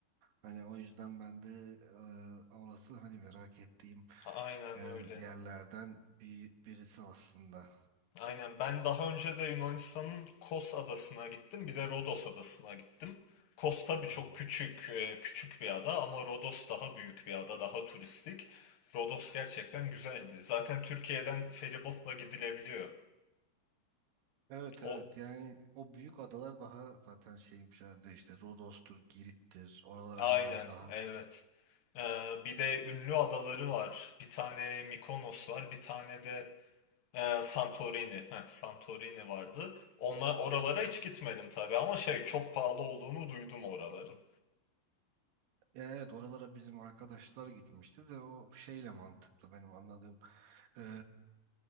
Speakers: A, on the right; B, on the left.
A: Hani o yüzden ben de e, orası hani merak ettiğim
B: Aynen
A: e,
B: öyle.
A: yerlerden bir birisi aslında.
B: Aynen. Ben daha önce de Yunanistan'ın Kos adasına gittim. Bir de Rodos adasına gittim. Kos tabii
A: Hmm.
B: çok küçük, e, küçük bir ada ama Rodos daha büyük bir ada, daha turistik. Rodos gerçekten güzeldi. Zaten Türkiye'den feribotla gidilebiliyor.
A: Evet
B: O
A: evet yani o büyük adalar daha zaten şeymiş herhalde işte Rodos'tur, Girit'tir. Oralar
B: aynen,
A: hani böyle daha
B: evet. Ee, bir de ünlü adaları var. Bir tane Mikonos var, bir tane de Ee, Santorini. Heh, Santorini vardı. Onlar oralara hiç gitmedim tabii ama şey çok pahalı olduğunu duydum oraların.
A: Ya Evet oralara bizim arkadaşlar gitmişti de o şeyle mantıklı benim anladığım Ee,